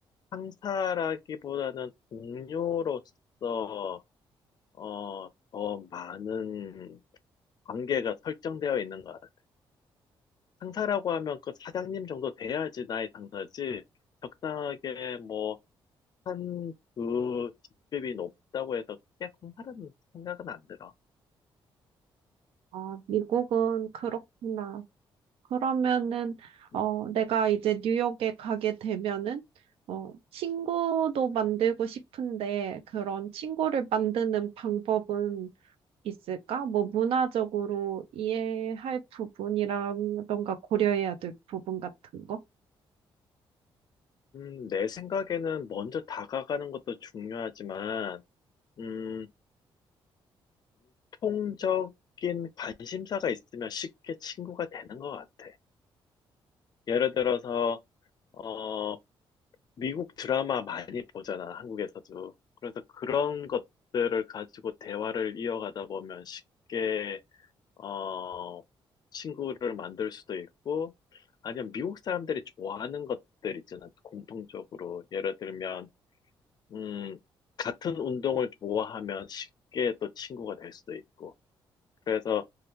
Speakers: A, on the left (about 45°); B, on the right (about 85°).
A: 상사라기보다는 동료로서 어, 더 많은 관계가 설정되어 있는 것 같아요. 상사라고 하면 그 사장님 정도 돼야지 나의 상사지, 적당하게 뭐, 한, 그 직급이 높다고 해서 크게 상사라는 생각은 안 들어.
B: 아, 미국은 그렇구나. 그러면은, 어,
A: 음,
B: 내가 이제 뉴욕에 가게 되면은, 어, 친구도 만들고 싶은데, 그런 친구를 만드는 방법은 있을까? 뭐, 문화적으로 이해할 부분이라던가 고려해야 될 부분 같은 거?
A: 음, 내 생각에는 먼저 다가가는 것도 중요하지만, 음, 공통적인 관심사가 있으면 쉽게 친구가 되는 것 같아. 예를 들어서, 어, 미국 드라마 많이 보잖아, 한국에서도. 그래서 그런 것들을 가지고 대화를 이어가다 보면 쉽게, 어, 친구를 만들 수도 있고, 아니면 미국 사람들이 좋아하는 것들 있잖아, 공통적으로. 예를 들면, 음, 같은 운동을 좋아하면 쉽게 또 친구가 될 수도 있고. 그래서